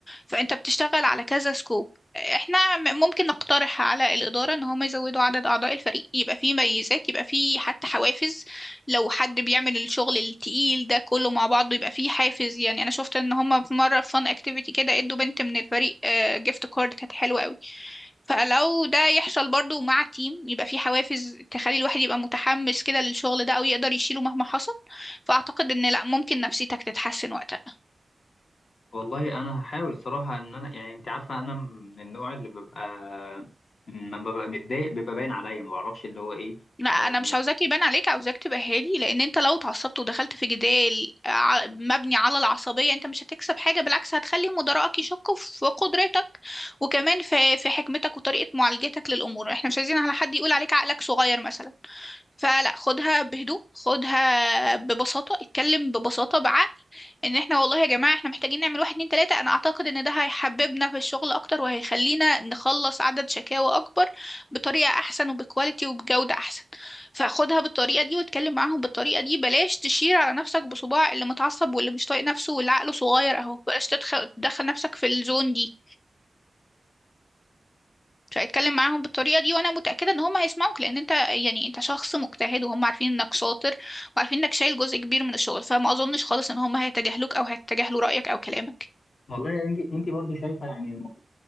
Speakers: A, on the left; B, on the left.
A: فانت بتشتغل على كذا سكوب احنا م- ممكن نقترح على الإدارة ان هم يزودوا عدد اعضاء الفريق يبقى فيه ميزات يبقى فيه حتى حوافز لو حد بيعمل الشغل التقيل ده كله مع بعضه يبقى فيه حافز يعني انا شفت ان هم في مرة في فان اكتيفيتي كده ادوا بنت من الفريق جيفت كارد كانت حلوة قوي فلو ده يحصل برضو مع تيم يبقى في حوافز تخلي الواحد يبقى متحمس كده للشغل ده او يقدر يشيله مهما حصل فاعتقد ان لا ممكن نفسيتك تتحسن وقتها
B: والله انا هحاول الصراحه ان انا يعني انت عارفه انا من النوع اللي ببقى لما ببقى متضايق بيبقى باين عليا ما بعرفش اللي هو ايه
A: لا انا
B: آه،
A: مش عاوزاك يبان عليك عاوزاك تبقى هادي لان انت لو اتعصبت ودخلت في جدال ع- مبني على العصبية انت مش هتكسب حاجة بالعكس هتخلي مدراءك يشكوا في قدرتك وكمان في في حكمتك وطريقة معالجتك للامور احنا مش عايزين على حد يقول عليك عقلك صغير مثلا فلا خدها بهدوء خدها ببساطة اتكلم ببساطة بعقل ان احنا والله يا جماعة احنا محتاجين نعمل واحد اتنين تلاتة انا اعتقد ان ده هيحببنا في الشغل اكتر وهيخلينا نخلص عدد شكاوى اكبر بطريقة احسن وبكواليتي وبجودة احسن فخدها بالطريقة دي واتكلم معاهم بالطريقة دي بلاش تشير على نفسك بصباع اللي متعصب واللي مش طايق نفسه واللي عقله صغير اهو بلاش تدخل تدخل نفسك في الزون دي فاتكلم معاهم بالطريقة دي وانا متأكدة ان هم هيسمعوك لان انت يعني انت شخص مجتهد وهم عارفين انك شاطر وعارفين انك شايل جزء كبير من الشغل فما اظنش خالص ان هم هيتجاهلوك او هيتجاهلوا رأيك او كلامك
B: والله انت انت برضو شايفه يعني الموضوع